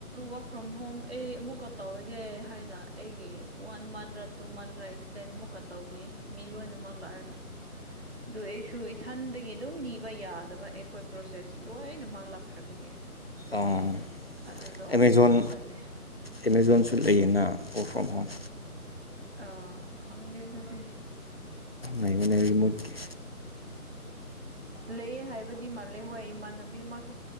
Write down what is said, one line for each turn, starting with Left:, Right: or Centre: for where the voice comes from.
Right: ꯋꯥꯔꯛ ꯐ꯭ꯔꯣꯝ ꯍꯣꯝ ꯑꯩ ꯑꯃꯨꯛꯀ ꯇꯧꯔꯒꯦ ꯍꯥꯏꯅ ꯑꯩꯒꯤ ꯋꯥꯟ ꯃꯟꯔꯥ ꯇꯨ ꯃꯟꯔ ꯑꯦꯛꯁꯇꯦꯟ ꯃꯨꯛꯀ ꯇꯧꯕꯤ ꯃꯤ ꯂꯣꯏꯅꯃꯛ ꯂꯔꯒ ꯑꯗꯨ ꯑꯩꯁꯨ ꯊꯟꯗꯒꯤ ꯑꯗꯨꯝ ꯅꯤꯕ ꯌꯥꯗꯕ ꯑꯩꯈꯣꯏ ꯄ꯭ꯔꯣꯁꯦꯁ ꯂꯣꯏꯅꯃꯛ ꯂꯥꯛꯈ꯭ꯔꯕꯒꯤ
Left: ꯑꯥ
Right: ꯑꯗꯨꯗ ꯑꯣꯐꯤꯁ
Left: ꯑꯦꯃꯦꯥꯖꯣꯟ
Right: ꯆꯠꯂꯦ
Left: ꯑꯦꯃꯦꯥꯖꯣꯟꯁꯨ
Right: ꯎꯝ
Left: ꯂꯩꯌꯦꯅ ꯔꯛ ꯐ꯭ꯔꯣꯝ ꯍꯣꯝ
Right: ꯑ ꯈꯪꯗꯦ ꯑꯗꯨꯗꯤ
Left: ꯥꯏ ꯃ ꯔꯤꯃꯣꯠ ꯀ
Right: ꯂꯩꯑ ꯍꯥꯏꯕꯗꯤ ꯃꯥꯜꯂꯦ ꯍꯣꯏ ꯏꯃꯥꯟꯅꯕꯤ ꯑꯃꯁꯨ